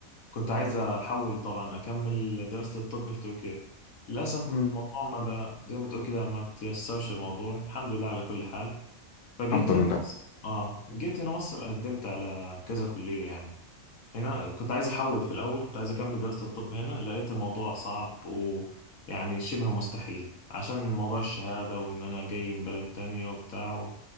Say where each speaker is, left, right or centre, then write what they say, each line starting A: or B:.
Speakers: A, on the left; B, on the left.
A: كنت عايز احول طبعا اكمل دراسة الطب في تركيا للاسف
B: مم.
A: الموضوع ما بقى زي ما تقول كده ما تيسرش الموضوع الحمد لله على كل حال فجيت
B: الحمد لله
A: هنا مصر اه جيت هنا مصر قدمت على كذا كلية يعني هنا كنت عايز احول في الاول كنت عايز اكمل دراسة الطب هنا لقيت الموضوع صعب ويعني شبه مستحيل عشان موضوع الشهادة وان انا جاي من بلد تانية وبتاع و-